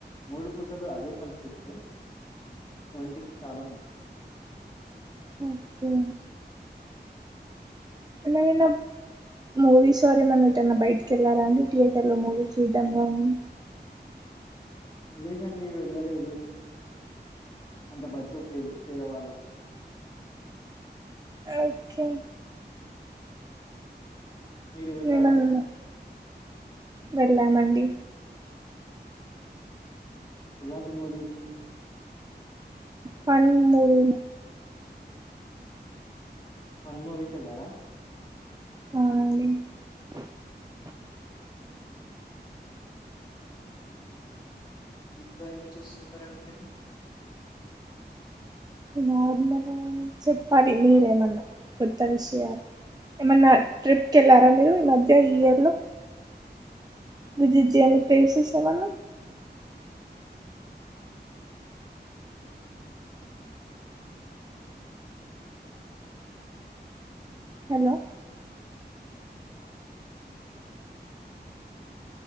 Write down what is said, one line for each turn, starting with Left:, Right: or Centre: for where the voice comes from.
Left: మూడు పూటలు అదే పని చేేస్తే ఒంటికి చాలా మంచిది
Right: ఓకే ఇనీన్న <unintelligible> మూవీస్ వారు ఏమన్నా ఏటన్నా బయటకి వెళ్ళారా అండి థియేటర్ లో మూవీస్ చూడడం కానీ
Left: లేదండి వెళ్ళలేదు అంత బడ్జెట్ లేదు పేదవాళ్ళం
Right: ఓకే
Left: మీరు వెళ్ళారా
Right: మేమన్నా వెళ్ళామండి
Left: ఎలాంటి మూవీకి
Right: ఫన్ మూవీ
Left: ఫన్ మూవీ కీ వెళ్ళారా
Right: అవునండి
Left: ఇంకా ఏం చేస్తుంటారండి మీరు
Right: నార్మల్ చెప్పాలి మీరేమన్నా కొత్త విషయాలు ఏమన్నా ట్రిప్కి వెళ్ళారా మీరు ఈ మధ్య ఈ ఇయర్ లో విసిట్ చేయని ప్లేసెస్ ఏమన్న hello